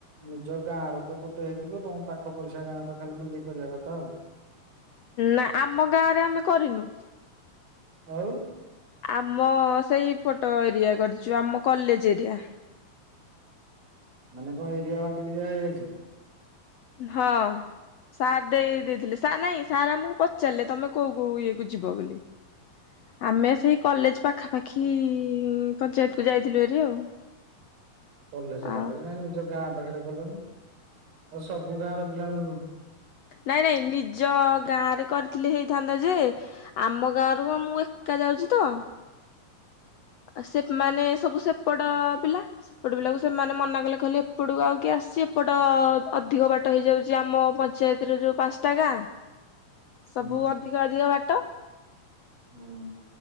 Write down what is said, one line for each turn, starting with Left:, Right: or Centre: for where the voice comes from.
Right: ନିଜ ଗାଁ ର ତ ଗୋଟେ ହେଇଥିବ ତମ ପାଖ ପଡିଶା ଗାଁ ର ଖାଲି ବୁଲିକି କରିବା କଥା ଆଉ।
Left: ନାଁ ଆମ ଗାଁରେ ଆମେ କରିନୁ।
Right: ଆଉ?
Left: ଆମ ସେଇ ପଟ ଏରିଆ କରିଚୁ ଆମ କଲେଜ ଏରିଆ।
Right: ମାନେ କଣ ଏରିଆ ବାଣ୍ଟିକି ଦିଆ ଯାଇଛି।
Left: ହଁ। ସାର୍ ଦେଇ ଦେଇଥିଲେ ସାର୍ ନାଇଁ ସାର୍ ଆମକୁ ପଚାରିଲେ ତମେ କୋଉ କୋଉ ଇଏ କୁ ଯିବ ବୋଲି। ଆମେ ସେଇ କଲେଜ ପାଖାପାଖି ପଞ୍ଚାୟତକୁ ଯାଇଥିଲୁ ହେରି ଆଉ।
Right: <inaudible> କଲେଜ ପାଖରେ
Left: ଆଉ
Right: କାହିଁ ନିଜ ଗାଁ ପାଖରେ କଲନି ଆଉ ସବୁ ଗାଁ ର ପିଲାମାନେ
Left: ନାଇଁ ନାଇଁ ନିଜ ଗାଁ ରେ କରିଥିଲି ହେଇଥାନ୍ତା ଯେ ଆମ ଗାଁରୁ ମୁଁ ଏକା ଯାଉଚି ତ। ସେ ମାନେ ସବୁ ସେପଟ ପିଲା। ସେପଟ ପିଲାକୁ ସେମାନେ ମନା କଲେ କହିଲେ ଏପଟକୁ ଆଉ କି ଆସୁଚି ଏପଟ ଅଧିକ ବାଟ ହେଇଯାଉଛି ଆମ ପ ଞ୍ଚାୟତରୁ ଯୋଉ ପାଞ୍ଚଟା ଗାଁ ସବୁ
Right: ହୁଁ।
Left: ଅଧିକ ଅଧିକ ବାଟ।
Right: ହୁଁ।